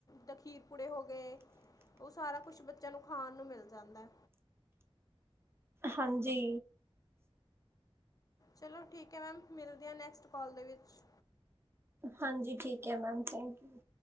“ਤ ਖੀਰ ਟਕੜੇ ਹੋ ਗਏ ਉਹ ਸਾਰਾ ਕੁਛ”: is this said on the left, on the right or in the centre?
Left